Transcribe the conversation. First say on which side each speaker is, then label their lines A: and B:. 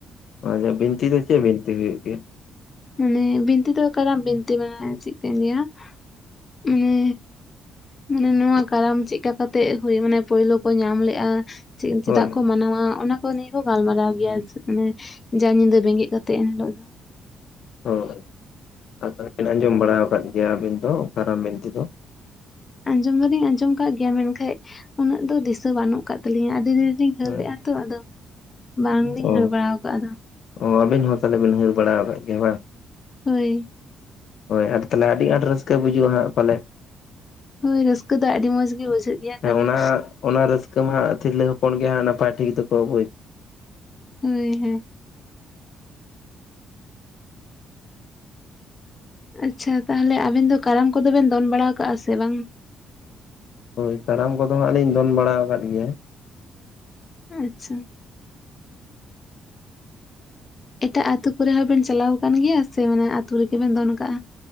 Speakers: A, on the left; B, on the left.
A: ᱟᱪᱪᱷᱟ <inaudible> ᱵᱤᱱᱛᱤ ᱫᱚ ᱪᱮᱫ ᱵᱤᱱᱛᱤ ᱦᱩᱭᱩᱜ ᱜᱮᱭᱟ
B: ᱢᱟᱱᱮ ᱵᱤᱱᱛᱤ ᱫᱚ ᱠᱟᱨᱟᱢ ᱵᱤᱱᱛᱤ ᱢᱟᱱᱮ ᱪᱮᱜ ᱠᱟᱧ ᱞᱟᱭᱟ ᱢᱟᱱᱮ ᱢᱟᱱᱮ ᱱᱚᱣᱟ ᱠᱟᱨᱟᱢ ᱪᱮᱜᱠᱟ ᱠᱟᱛᱮᱜ ᱦᱩᱭ ᱢᱟᱱᱮ ᱯᱳᱭᱞᱳ ᱠᱚ ᱧᱟᱢ ᱞᱮᱜᱼᱟ <inaudible> ᱪᱮᱫᱟᱜ
A: ᱦᱳᱭ
B: ᱠᱚ ᱢᱟᱱᱟᱣᱟ ᱚᱱᱟ ᱠᱚ ᱱᱤᱭᱟᱹ ᱠᱚ ᱜᱟᱞᱢᱟᱨᱟᱣ ᱜᱮᱭᱟ ᱚᱱᱮ <inaudible> ᱡᱟ ᱧᱤᱫᱟᱹ ᱵᱮᱸᱜᱮᱫ ᱠᱟᱛᱮᱫ ᱮᱱᱦᱤᱞᱳᱜ ᱫᱚ
A: ᱦᱳᱭ ᱟ ᱛᱟᱦᱵᱤᱱ <inaudible> ᱟᱸᱡᱚᱢ ᱵᱟᱲᱟ ᱣᱟᱠᱟᱫ ᱜᱮᱭᱟ ᱟᱵᱤᱱ ᱫᱚ ᱚᱠᱟᱨᱟᱢ ᱵᱤᱱᱛᱤ ᱫᱚ
B: ᱟᱸᱡᱚᱢ ᱫᱚᱞᱤᱧ ᱟᱸᱡᱚᱢ ᱠᱟᱜ ᱜᱮᱭᱟ ᱢᱮᱱᱠᱷᱟᱡ ᱩᱱᱟᱹᱜ ᱫᱚ ᱫᱤᱥᱟᱹ ᱵᱟᱹᱱᱩᱜ ᱠᱟᱜ ᱛᱟᱹᱞᱤᱧᱟ ᱟᱰᱤ ᱫᱤᱱ <inaudible> ᱦᱟᱹᱨ
A: ᱦᱳᱭ
B: ᱞᱮᱜᱼᱟ ᱛᱚ ᱟᱫᱚ ᱵᱟᱝᱞᱤᱧ
A: ᱚ
B: ᱦᱟᱹᱨ ᱵᱟᱲᱟ ᱣᱟᱠᱟᱜ ᱟᱫᱚ
A: ᱚ ᱟᱵᱤᱱ ᱦᱚᱸ ᱛᱟᱦᱚᱞᱮ ᱵᱤᱱ ᱦᱟᱹᱨ ᱵᱟᱲᱟ ᱣᱟᱠᱟᱫ ᱜᱮᱭᱟ ᱵᱟᱝ
B: ᱦᱳᱭ
A: ᱦᱳᱭ ᱟ ᱛᱟᱦᱚᱞᱮ ᱟᱹᱰᱤ ᱟᱸᱴ ᱨᱟᱹᱥᱠᱟᱹ ᱵᱩᱡᱩᱜᱼᱟ ᱦᱟᱸᱜ ᱯᱟᱞᱮ
B: ᱦᱳᱭ ᱨᱟᱹᱥᱠᱟᱹ ᱫᱚ ᱟᱹᱰᱤ ᱢᱚᱸᱡᱽ ᱜᱮ ᱵᱩᱡᱷᱟᱹᱜ ᱜᱮᱭᱟ
A: ᱦᱮᱸ
B: ᱠᱟᱨᱚᱱ
A: ᱚᱱᱟ ᱚᱱᱟ ᱨᱟᱹᱥᱠᱟᱹ ᱢᱟ ᱦᱟᱸᱜ ᱛᱤᱨᱞᱟᱹ ᱦᱚᱯᱚᱱ ᱜᱮ ᱦᱟᱸᱜ ᱱᱟᱯᱟᱭ ᱴᱷᱤᱠ ᱫᱚᱠᱚ ᱵᱩᱡ
B: ᱦᱳᱭ ᱦᱮᱸ
A: <inaudible>
B: ᱟᱪᱪᱷᱟ ᱛᱟᱦᱞᱮ ᱟᱵᱮᱱ ᱫᱚ ᱠᱟᱨᱟᱢ ᱠᱚᱫᱚ ᱵᱮᱱ ᱫᱚᱱ ᱵᱟᱲᱟ ᱠᱟᱜᱼᱟ ᱥᱮ ᱵᱟᱝ
A: ᱦᱳᱭ ᱠᱟᱨᱟᱢ ᱠᱚᱫᱚ ᱦᱟᱸᱜ ᱞᱤᱧ ᱫᱚᱱ ᱵᱟᱲᱟ ᱟᱠᱟᱫ ᱜᱮᱭᱟ
B: ᱟᱪᱪᱷᱟ ᱮᱴᱟᱜ ᱟᱛᱩ ᱠᱚᱨᱮ ᱦᱚᱸᱵᱮᱱ ᱪᱟᱞᱟᱣ ᱟᱠᱟᱱ ᱜᱮᱭᱟ ᱥᱮ ᱢᱟᱱᱮ ᱟᱛᱩ ᱨᱮᱜᱮ ᱵᱮᱱ ᱫᱚᱱ ᱠᱟᱜ-ᱟ᱾